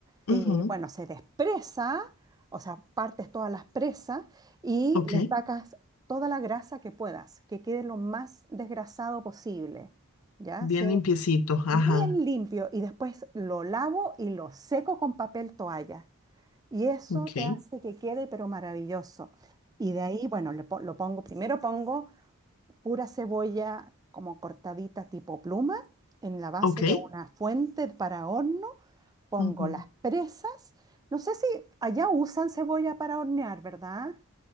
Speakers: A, on the right; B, on the left.
A: eh,
B: ujú,
A: bueno, se despresa, o sea, partes todas las presas y
B: Ok,
A: le sacas toda la grasa que puedas, que quede lo más desgrasado posible, ¿ya?
B: bien
A: Sin,
B: limpiecito. Ajá,
A: bien limpio y después lo lavo y lo seco con papel toalla. Y eso
B: ok.
A: te hace que quede pero maravilloso. Y de ahí, bueno, le po- lo pongo, primero pongo pura cebolla como cortadita tipo pluma en la base
B: Ok,
A: de una fuente para horno Pongo
B: ujú,
A: las presas. No sé si allá usan cebolla para hornear, ¿verdad?